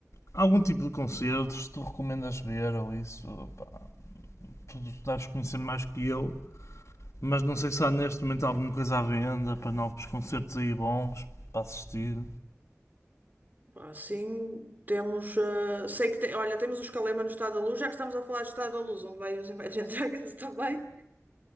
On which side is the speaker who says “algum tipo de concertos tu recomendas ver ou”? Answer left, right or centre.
Left